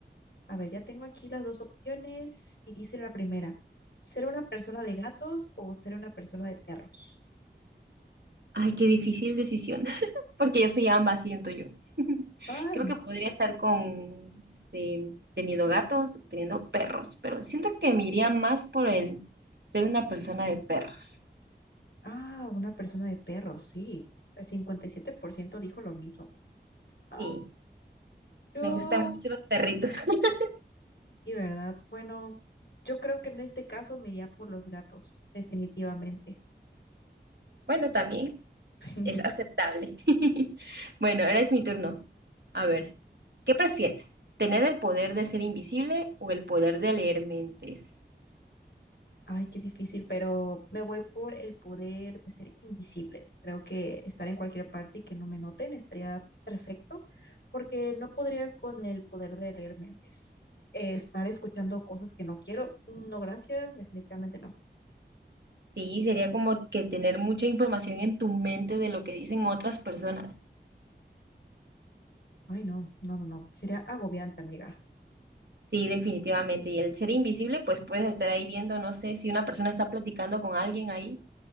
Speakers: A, on the left (about 70°); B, on the right (about 65°).
A: A ver, ya tengo aquí las dos opciones y dice la primera, ¿ser una persona de gatos o ser una persona de perros?
B: Ay, qué difícil decisión, <laughs> porque yo soy ambas, siento yo. <laughs>
A: Ay,
B: Creo que podría estar con, este, teniendo gatos, teniendo perros, pero siento que me iría más por el ser una persona de perros.
A: ah, una persona de perros, sí. El 57% dijo lo mismo. Ah,
B: Sí,
A: yo
B: me gustan mucho los perritos. <laughs>
A: Y verdad, bueno, yo creo que en este caso me iría por los gatos, definitivamente.
B: Bueno, también.
A: <laughs>
B: Es aceptable. <laughs> Bueno, ahora es mi turno. A ver, ¿qué prefieres? ¿Tener el poder de ser invisible o el poder de leer mentes?
A: Ay, qué difícil, pero me voy por el poder de ser invisible. Creo que estar en cualquier parte y que no me noten estaría perfecto, porque no podría con el poder de leer mentes. Eh, estar escuchando cosas que no quiero, no, gracias, definitivamente no.
B: Sí, sería como que tener mucha información en tu mente de lo que dicen otras personas.
A: Ay, no, no, no, no, sería agobiante, amiga.
B: Sí, definitivamente. Y el ser invisible, pues puedes estar ahí viendo, no sé, si una persona está platicando con alguien ahí